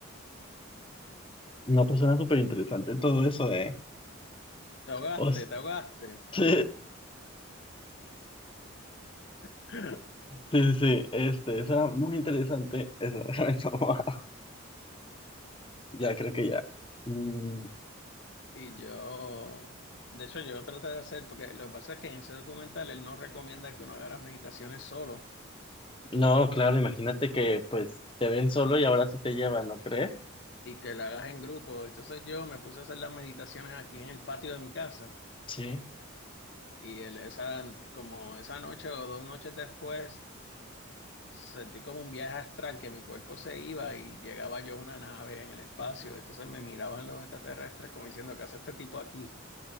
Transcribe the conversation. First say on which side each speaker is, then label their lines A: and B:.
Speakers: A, on the left; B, on the left.
A: No, pues suena súper interesante todo eso, ¿eh?
B: Te ahogaste,
A: O sea,
B: te ahogaste. <clears throat>
A: <laughs> sí.
B: <laughs>
A: Sí, sí, sí, este, esa muy interesante, esa, <laughs> déjame tomar. Ya, creo que ya. Mm,
B: Y yo, de hecho, yo traté de hacer, porque lo que pasa es que en ese documental él no recomienda que uno haga las meditaciones solo
A: no, claro, imagínate que pues te ven solo y ahora sí te llevan, ¿no crees?
B: y que la hagas en grupo. Entonces yo me puse a hacer las meditaciones aquí en el patio de mi casa.
A: Sí.
B: Y el- esa, como esa noche o dos noches después, Sentí como un viaje astral que mi cuerpo se iba y llegaba yo a una nave en el espacio. Entonces me miraban los extraterrestres como diciendo, ¿qué hace este tipo aquí?